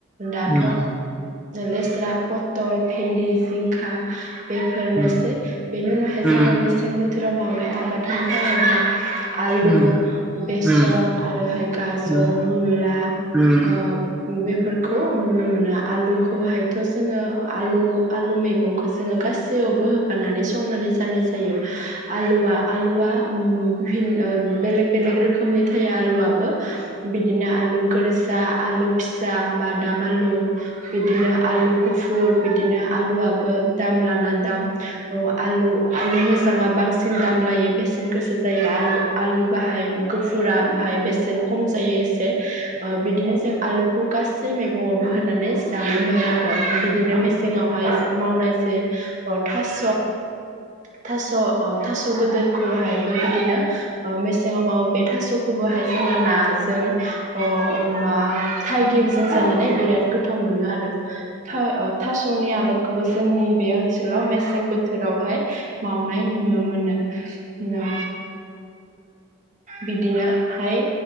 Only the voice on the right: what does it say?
दाथ'
लेस्रा, पथल, भिन्दि, जिंखा बेफोरनोसै
बेनि उनावहाय
जोङो मेसें बो थोराव मावनाय आबाद होनो थाङोब्ला आलु,
बेसर
आरोहाय गाजर,
मुला
ओ बे फोरखौ नुनो मोनो आलुखौहायथ' जोङो आलु-आलु मैगंखौ जोङो गासै सैयावबो होफानानै संनानै जानाय ज जायो। आलुवा आलुवा उम भिन ओ बेलेग बेलेग रोखोमनि थायो आलुवा बो बिदिनो आलु गोरजा आलु फिसा बादाम आलु बिदिनो आलु खु फुर बिदिनो आलुवाबो दाम लाना दाम अ आलु आलु मोज जाङा बांसिन दाम लायो बेसेन गोसा जायो आरो आलु बाहाय गोब फुरा बाहाय बेसेन खम जायो एस ए ओ बिदिनो आलुखौ गासै मैगंआवबो होननानै ए जानो मोनो आरो बिदिनो मेसेङावहाय मावनाय से प थास थास' अ थास' गोदोरखौहाय बिदिनो ओ मेस जोङो मावो बे थासखौबोहाय जोङो नाजों अ होमबा थाइगिरजों जानानै बिराद गोथाव मोनो आरो था-थासनि आबाद खौबो जोंनि बे ओनसोलाव मेसें बोथोर बोथोरावहाय मावनाय नुनो मोनो नो बिदिनोहाय